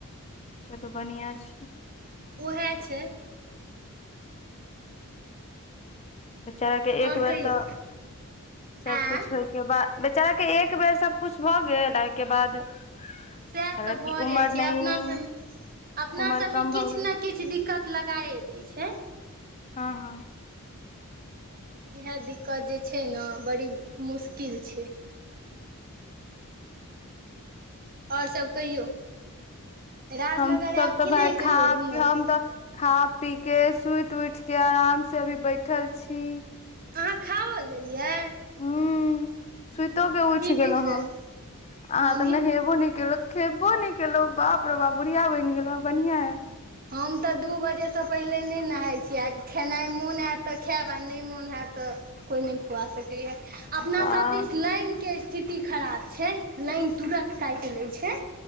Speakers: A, on the left; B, on the right.
A: तब तऽ बढ़िया छै
B: ओहै छै।
A: बेचारा कऽ
B: आओर
A: एक बेर
B: कहियौ
A: तऽ सब
B: आँ
A: कुछ होय अइके बाद बेचारा के एक बेर सबकुछ भऽ गेल ओहिके बाद
B: सएह
A: कहलक
B: तऽ भऽ
A: कि उमर
B: जाइत छै
A: नहि
B: अपना सभमे अपना
A: उमर
B: सभमे
A: कम भऽ
B: किछ
A: गेलै
B: ने किछ दिक्कत लगाए दय छै
A: हँ हँ
B: इहै दिक्कत जे छै नऽ बड़ी मुश्किल छै और सब कहियौ राजनगर
A: हम सब
B: आयब
A: तऽ
B: कि
A: भाय
B: नहि कहियो
A: खा
B: घुमय
A: पी
B: लए
A: हम तऽ खा पीकेऽ सुयत उयठके आरामसँ अभी बैठल छी
B: अहाँ खाओ लेलयै
A: हुं सुयतो के उयठ गेलौं
B: पिछुआएब
A: हम अहाँ
B: हमही
A: तऽ नहेबो नऽ केल खेबो नै केलौं बाप रो बाप बुढ़िया बइन गेलों हं बढ़िया यऽ
B: हम तऽ दू बजेसँ पैहले नै नहाय छी आ खेनाइ मोन हाइत तऽ खायब आ नै मोन हायत तऽ कोइ नै खुआ सकैया अपनासभ
A: वाह
B: दिस लाइनके स्थिति खराब छै लाइन तुरत कायट लै छै